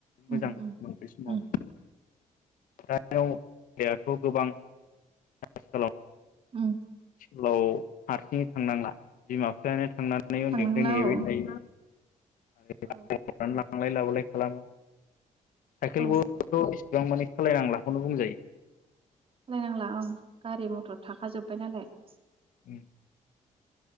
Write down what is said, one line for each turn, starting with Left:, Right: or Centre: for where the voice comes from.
Left: मोजांमोन
Right: उम उम
Left: बे समावहाय,
Right: उम
Left: दानियाव देहाखौ गोबां खालाम,
Right: उम
Left: स्कुलाव हारसिङै थांनांला बिमा बिफायानो थांनानै उन्दैनिफ्राय
Right: थांनांला
Left: नेबाय
Right: औ
Left: थायो <unintelligible>
Right: औ
Left: लांलाय लाबोलाय खालामो, साइकेल
Right: औ
Left: बोथ' इसेबां मानि सोलायनांला खौनो बुंजायो।
Right: सोलायनांला औ गारि मथर थाखाजोबबाय नालाय, <inaudible>
Left: उम